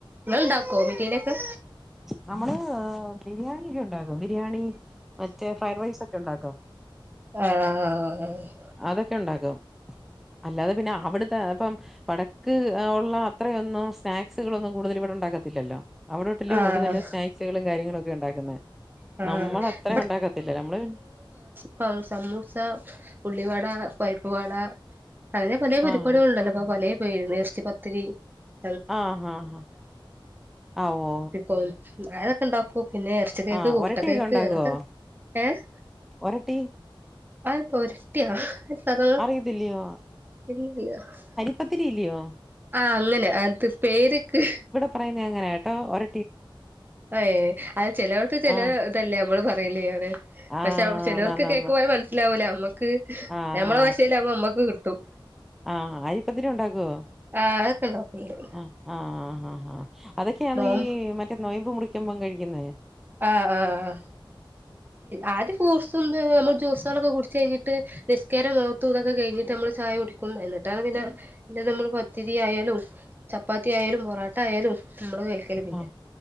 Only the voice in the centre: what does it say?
നമ്മള് ബിരിയാണിയൊക്കെ ഉണ്ടാക്കും ബിരിയാണി മറ്റേ ഫ്രൈഡ് റൈസ് ഒക്കെ ഉണ്ടാക്കും.
അതൊക്കെ ഉണ്ടാക്കും അല്ലാതെ പിന്നെ അവിടുത്തെ പ്പം വടക്ക് അ ഉള്ള അത്രയൊന്നും സ്നാക്സുകളൊന്നും കൂടുതലും ഇവിടെ ഉണ്ടാക്കത്തില്ലല്ലോ അവിടെ <unintelligible>
കൂടുതൽ സ്നാക്സുകളും കാര്യങ്ങളും ഒക്കെ ഉണ്ടാക്കുന്നേ.
നമ്മളത്രയും ഉണ്ടാക്കത്തില്ല. നമ്മള് പിന്നെ
ആഹ്
ആഹ് ആഹ് ആഹ് ആവോ
ആഹ്
ഒരട്ടിയൊക്കെ ഉണ്ടാക്കുവോ?
ഒരട്ടി
അറിയത്തില്ലയോ?
പത്തിരില്യയോ?
പറയുന്നങ്ങനാട്ടോ ഒര
ആഹ്
ആഹ്
ന്നാന്നാന്ന്
ആഹ്
ആ അരിപ്പത്തിരി ഉണ്ടാക്കോ?
അ ആഹ ആ ആഹാ ഹാ. അതൊക്കെയാന്നി
ഈ മറ്റേ നൊയിമ്പ് മുറിക്കുമ്പം കഴിക്കുന്നെ.
ആഹ്